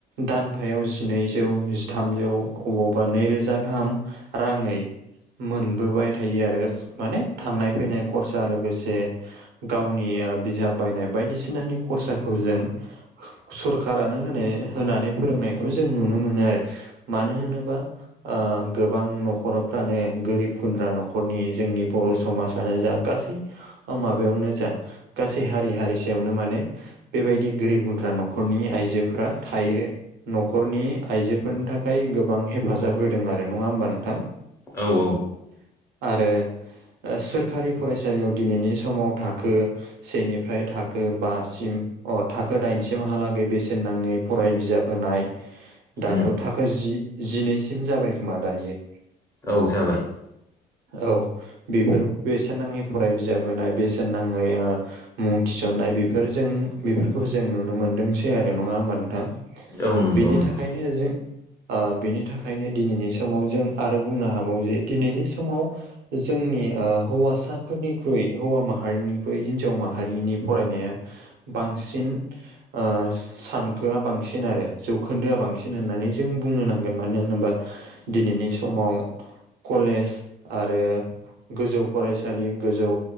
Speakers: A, on the right (about 75°); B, on the left (about 15°).
A: दानफायाव जिनैजौ जिथामजौ अबावबा नैरोजा गाहाम राङै मोनबोबाय थायो आरो। माने थांनाय फैनाय खरसा लोगोसे गावनिया बिजाब बायनाय बायदिसिनानि खरसाखौ जों सरखारानो होनो होनानै फोरोंनायखौ जों नुनो मोनो आरो। मानो होनोबा ओ गोबां न'खरफ्रानो गोरिब गुन्द्रा न'खरनि जोंनि बर' समाजानो जा गासै ओ माबायावनो जा गासै हारि हारिसायावनो माने बेबायदि गोरिब गुन्द्रा न'खरनि आइजोफोरा थायो। न'खरनि आइजोफोरनि थाखाय गोबां हेफाजाब होदों आरो नङा होमबा नोंथां?
B: औ औ।
A: आरो ओ सोरखारि फरायसालियाव दिनैनि समाव थाखो सेनिफ्राय थाखो बासिम अ थाखो दाइनसिमहालागै बेसेन नाङै फराय बिजाब होनाय दाथ'
B: उम
A: थाखो जि, जिनैसिम जाबाय खोमा दायो।
B: औ जाबाय।
A: औ बेफोर बेसेन नाङै फराय बिजाब होनाय बेसेन नाङै ओ मुं थिसन्नाय बेफोरजों बेफोरखौ जों नुनो मोनदोंसै आरो नङा होमबा नोंथां?
B: औ नंगौ
A: बेनि
B: नंगौ
A: थाखायनो जों ओ बेनि थाखायनो दिनैनि समाव जों आरो बुंनो हाबावो जे दिनैनि समाव जोंनि ओ हौवासाफोरनिख्रुइ हौवा माहारिनिख्रुइ हिनजाव माहारिनि फरायनाया बांसिन ओ सानखोआ बांसिन आरो जौखोन्दोआ बांसिन होननानै जों बुंनो नांगोन मानो होनोबा दिनैनि समाव कलेज आरो गोजौ फरायसालि गोजौ